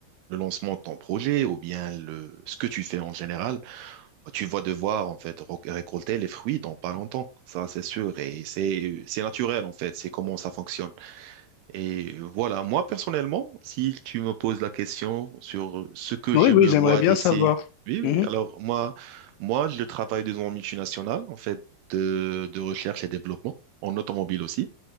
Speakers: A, on the right (about 80°); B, on the left (about 85°).
A: le lancement de ton projet ou bien le, ce que tu fais en général, tu vas devoir, en fait, rec- récolter les fruits dans pas longtemps. Ça, c'est sûr. Et c'est, c'est naturel, en fait. C'est comment ça fonctionne. Et voilà. Moi, personnellement, si tu me poses la question sur ce que
B: Oui,
A: je
B: oui,
A: me
B: j'aimerais
A: vois
B: bien
A: d'ici,
B: savoir.
A: oui, oui.
B: Mhm.
A: Alors, moi, moi, je travaille dans une multinationale, en fait, de, de recherche et développement, en automobile aussi.